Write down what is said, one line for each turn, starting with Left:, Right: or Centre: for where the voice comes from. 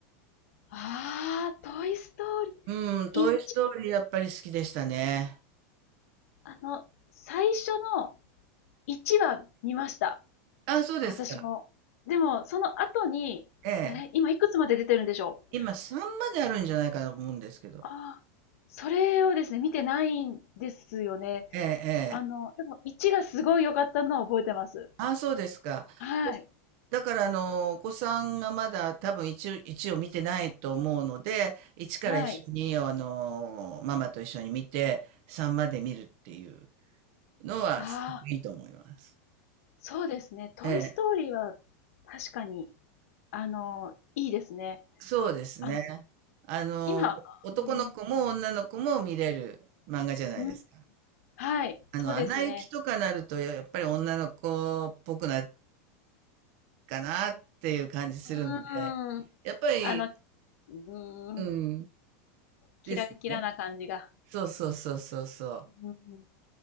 Left: ああ、トイストーリー。
Right: うん、トイ・
Left: 1、
Right: ストーリーやっぱり好きでしたね。
Left: あの、最初の1は見ました。
Right: あ、そうですか。
Left: 私も。でも、その後に、
Right: ええ。
Left: え、今いくつまで出てるんでしょう
Right: 今さんまであるんじゃないかなと思うんですけど。
Left: ああ、それをですね、見てないんですよね。
Right: ええ、ええ。
Left: あの、でも1がすごい良かったのを覚えてます。
Right: あ、そうですか。
Left: はい。
Right: だから、あの、お子さんがまだ多分一応、一を見てないと思うので、一から一緒に、
Left: はい。
Right: あの、ママと一緒に見て、三まで見るっていうのは、
Left: ああ、
Right: すごくいいと思います。
Left: そうですね。トイストーリーは
Right: ええ、
Left: 確かに、あの、いいですね。
Right: そうですね。
Left: あ、
Right: あの、
Left: 今、
Right: 男の子も女の子も見れる漫画じゃないですか。
Left: ね、うん、はい、
Right: あの、
Left: そうですね。
Right: アナ雪とかなると、ややっぱり女の子っぽくなるかなっていう感じするんで、
Left: うん。
Right: やっぱり、
Left: あの、うん、
Right: うん、
Left: キラキラな感じが。
Right: ですよね。そうそうそうそうそう。
Left: うん、